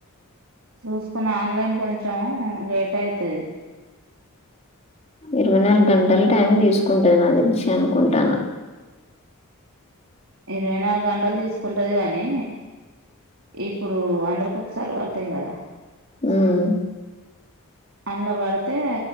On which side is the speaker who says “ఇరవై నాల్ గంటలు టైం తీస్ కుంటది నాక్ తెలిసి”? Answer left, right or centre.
Left